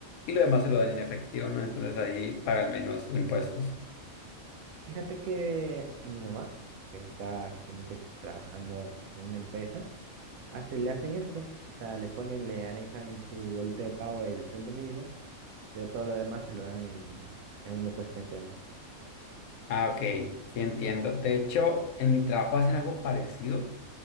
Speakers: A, on the left; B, on the right.
A: y lo demás se lo dan en efectivo, ¿no? Entonces ahí pagan menos impuestos.
B: Fíjate que mi mamá, que está actualmente trabajando en una empresa, hace, le hacen eso, o sea, le ponen, le anexan en su boleta de pago el sueldo mínimo, pero todo lo demás se lo dan en, en un depósito en cuenta.
A: Ah, ok, sí entiendo. De hecho, en mi trabajo hacen algo parecido